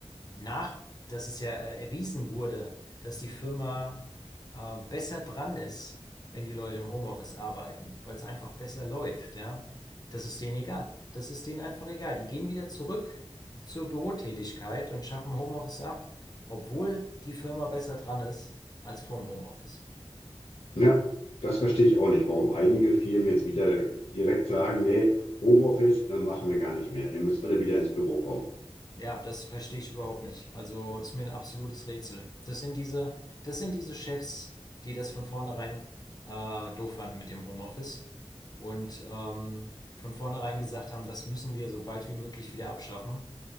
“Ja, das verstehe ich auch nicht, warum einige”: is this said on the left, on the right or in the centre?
Left